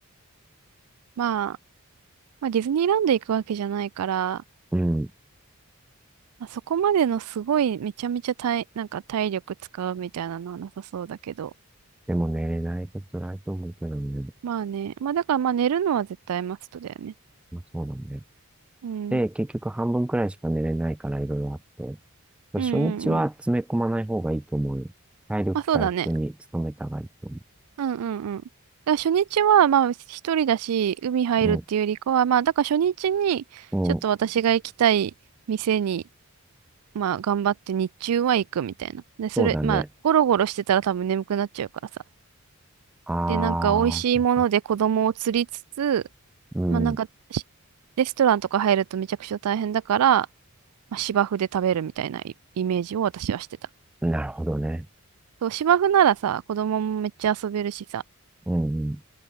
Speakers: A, on the right (about 85°); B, in the centre.
A: まあ、まあディズニーランド行くわけじゃないから、
B: うん。
A: まあそこまでのすごいめちゃめちゃ体、なんか体力使うみたいなのはなさそうだけど。
B: でも寝れないと辛いと思うけどね。
A: まあね。まあだからまあ寝るのは絶対マストだよね。
B: まあそうだね。
A: うん。
B: で、結局半分くらいしか寝れないからいろいろあって。初日は詰め込まない方がいいと思うよ。
A: うんうんうん。
B: 体力回復に努めた方がいいと
A: まあそうだね。うんうんうん。だから初日はまあ一人だし、海入るっていうよりかは、
B: 思う。
A: まあだから初日にちょっと私が行きたい店に、
B: うん、うん、
A: まあ頑張って日中は行くみたいな。で、それ、
B: そうだね。
A: まあゴロゴロしてたら多分眠くなっちゃうからさ。
B: あー、
A: で、なんか美味しいもので子供を釣りつつ、
B: うん、
A: まあなんかしレストランとか入るとめちゃくちゃ大変だから、まあ、芝生で食べるみたいなイイメージを私はしてた。
B: なるほどね。
A: そう、芝生ならさ、子供もめっちゃ遊べるしさ。
B: うん、うん。